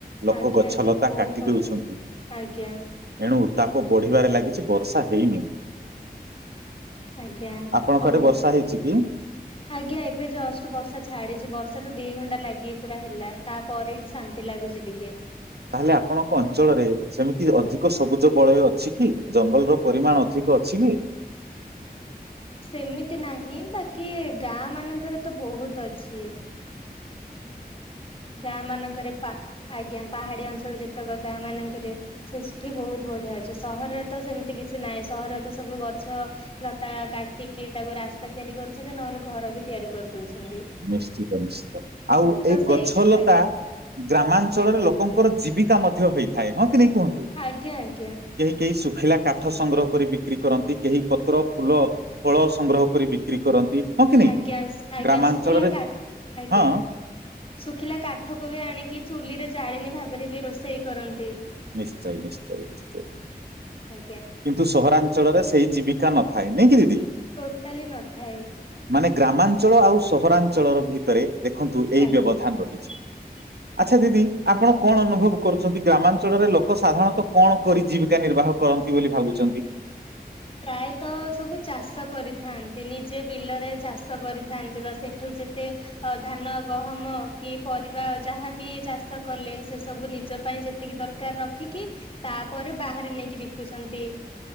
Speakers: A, on the right (about 80°); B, on the left (about 35°).
A: ଲୋକ
B: ଆଜ୍ଞା
A: ଗଛ
B: ଆଜ୍ଞା
A: ଲତା
B: ବହୁତ
A: କାଟି
B: ପରିମାଣ
A: ଦେଉଛନ୍ତି
B: ଆଜ୍ଞା
A: ଏଣୁ ଉତ୍ତାପ ବଢ଼ିବାରେ ଲାଗିଛି ବର୍ଷା ହେଇନି
B: ଆଜ୍ଞା
A: ଆପଣଙ୍କ
B: ସବୁ
A: ଆଡ଼େ ବର୍ଷା ହୋଇଛି କି?
B: <inaudible> ଆଜ୍ଞା ଏବେ ଜଷ୍ଟ ବର୍ଷା ଛାଡିଛି ବର୍ଷା ତ ଦି ଘଣ୍ଟା ଲାଗିକି ପୁରା ହେଲା ଲାଗୁଛି ଟିକେ
A: ତାହେଲେ ଆପଣଙ୍କ ଅଞ୍ଚଳରେ ସେମିତି ଅଧିକ ସବୁଜ ବଳୟ ଅଛି କି? ଜଙ୍ଗଲର ପରିମାଣ ଅଧିକ ଅଛି କି?
B: ସେମିତି ନାହିଁ ବାକି ଗାଁ ମାନଙ୍କରେ ତ ବହୁତ ଅଛି ଗାଁ ମାନଙ୍କରେ ପା ଆଜ୍ଞା ପାହାଡିଆ ଅଞ୍ଚଳ ଯେତେକ ଗାଁମାନଙ୍କରେ ସ୍ରୁଷ୍ଟି ବହୁତ୍ ବଢିଆ ଅଛି। ସହରରେ ତ ସେମିତି କିଛି ନାହିଁ ସହରରେ ସବୁ ଗଛ ଲତା କାଟିକି ତାକୁ ରାସ୍ତା ତିଆରି କରୁଛନ୍ତି ନହେଲେ ଘର ତିଆରି କରୁଛନ୍ତି
A: ନିଶ୍ଚିତ ଆଉ ଏଇ
B: ସେଇ
A: ଗଛଲତା-
B: ଆଜ୍ଞା
A: ଗ୍ରାମାଞ୍ଚଳରେ ଲୋକଙ୍କର ଜୀବିକା ମଧ୍ୟ ହୋଇଥାଏ। ହଁ କି ନାହିଁ କୁହନ୍ତୁ।
B: ଆଜ୍ଞା ଆଜ୍ଞା
A: କେହିକେହି ଶୁଖିଲା କାଠ ସଂଗ୍ରହ କରି ବିକ୍ରି କରନ୍ତି କେହି ପତ୍ର ଫୁଲ ଫଳ ସଂଗ୍ରହ କରି ବିକ୍ରି କରନ୍ତି ହଁ କି ନାଇଁ
B: ଆଜ୍ଞା ଆଜ୍ଞା
A: ଗ୍ରାମାଞ୍ଚଳରେ
B: ଶୁଖିଲା କାଠ ଆଜ୍ଞା
A: ହଁ
B: ଶୁଖିଲା କାଠକୁ ବି ଆଣିକି ଚୁଲିରେ ଜାଣେନି ଭାବରେ ବି ରୋଷେଇ କରନ୍ତି
A: ନିଶ୍ଚୟ ନିଶ୍ଚୟ ନିଶ୍ଚୟ
B: ଆଜ୍ଞା
A: କିନ୍ତୁ ସହରାଞ୍ଚଳରେ ସେଇ ଜୀବିକା ନଥାଏ ନେଇଁ କି ଦିଦି
B: ଟୋଟାଲି ନଥାଏ
A: ମାନେ ଗ୍ରାମାଞ୍ଚଳ ଆଉ ସହରାଞ୍ଚଳର ଭିତରେ ଦେଖନ୍ତୁ ଏଇ
B: ଆଜ୍ଞା।
A: ବ୍ୟବଧାନ ରହିଛି
B: <inaudible>
A: ଆଚ୍ଛା ଦିଦି ଆପଣ କଣ ଅନୁଭବ କରୁଛନ୍ତି ଗ୍ରାମାଞ୍ଚଳରେ ଲୋକ ସାଧାରଣତଃ କଣ କରି ଜୀବିକା ନିର୍ବାହ କରନ୍ତି ନ୍ତି ବୋଲି ଭାବୁଛନ୍ତି।
B: ପ୍ରାୟତ ସବୁ ଚାଷ କରି ଥାଆନ୍ତି ନିଜେ ବିଲରେ ଚାଷ କରି ଥାଆନ୍ତି ତ ସେଠୁ ଯେତେ - ତ ଧାନ ଗହମ କି ପରିବା ଯାହାବି ଚାଷ କଲେ ସେସବୁ ନିଜ ପାଇଁ ଯେତି ଯେତିକି ଦରକାର୍ ରଖିକି ତାପରେ ବାହାରେ ନେଇକି ବିକୁଛନ୍ତି